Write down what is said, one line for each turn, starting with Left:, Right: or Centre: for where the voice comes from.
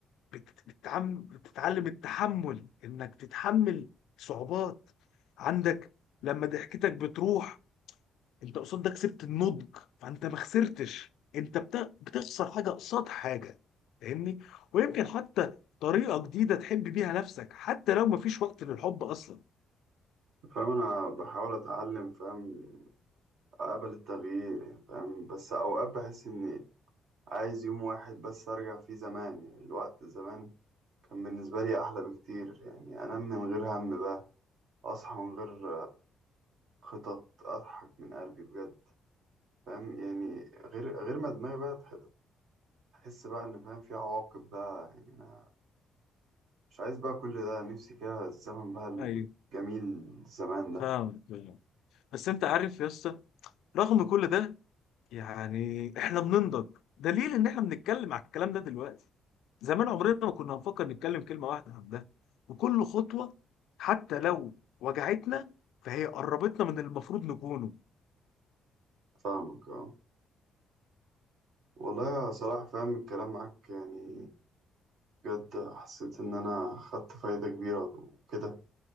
Left: بت- بتتعم- بتتعلم التحمل انك تتحمل صعوبات عندك لما ضحكتك بتروح انت قصاد ده كسبت النضج فانت ما خسرتش انت بت- بتخسر حاجه قصاد حاجه فاهمني ويمكن حتى طريقه جديده تحب بيها نفسك حتى لو ما فيش وقت للحب اصلا
Right: فاهم انا بحاول اتعلم فاهم قبل التغيير يعني فاهم بس أوقات بحس إني عايز يوم واحد بس أرجع فيه زمان يعني الوقت زمان كان بالنسبة لي أحلى بكتير يعني أنام من غير هم بقى أصحى من غير خطط أضحك من قلبي بجد فاهم يعني غير غير ما دماغي بقى تح- تحس بقى إن فاهم في عواقب بقى يعني أنا مش عايز بقى كل ده نفسي كده الزمن بقى
Left: ايوه
Right: الجميل زمان ده
Left: فاهم فاهم. بس انت عارف يا اسطى رغم كل ده يعني احنا بننضج دليل ان احنا بنتكلم على الكلام ده دلوقتي زمان عمرنا ما كنا هنفكر نتكلم كلمه واحده عن ده وكل خطوه حتى لو وجعتنا فهي قربتنا من اللي المفروض نكونه
Right: فاهمك اه والله يا صلاح فاهم الكلام معاك يعني بجد حسيت إن أنا خدت فايدة كبيرة وكده